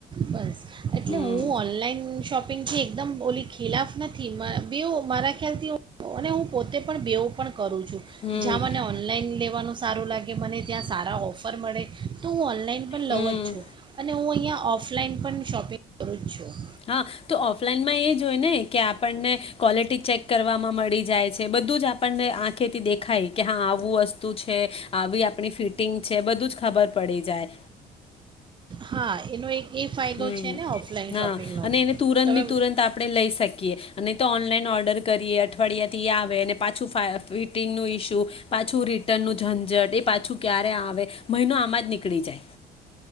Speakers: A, on the right; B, on the left.
A: બસ એટલે
B: હમ
A: હું ઓનલાઈન શોપિંગથી એકદમ ઓલી ખિલાફ નથી બે મારા ખ્યાલથી હું પોતે પણ બેવ પણ કરું છું
B: હમ
A: જ્યાં મને ઓનલાઈન લેવાનું સારું લાગે મને ત્યાં સારા ઓફર મળે તો હું ઓન લાઈન પણ
B: હમ
A: લઉ જ છું અને હું અહીંયા ઓફ ઓફલાઈન પણ શોપિંગ કરું જ છું.
B: હા, તો ઓફલાઈનમાં એ જોય ને કે આપણને ક્વોલિટી ચેક કરવામાં મળી જાય છે બધું જ આપણને આંખેથી દેખાય કે હા આવું વસ્તુ છે આવી આપણી ફિટિંગ છે બધું જ ખબર પડી જાય.
A: હા, એનો એક એ ફાયદો
B: હમ,
A: છે ને ઓફલાઈન
B: હા
A: શોપિંગનો
B: અને એને તુરંત
A: તમે
B: ને તુરંત આપણે લઈ શકીએ અને તો ઓન ને ઓર્ડર કરીએ અઠવાડિયા થીયા કે પાછું ફિટિંગનું ઈસ્યુ પાછું રિટર્નનું ઝંઝટ એ પાછું ક્યારે આવે મહિનો આમાં જ નીકળી જાય.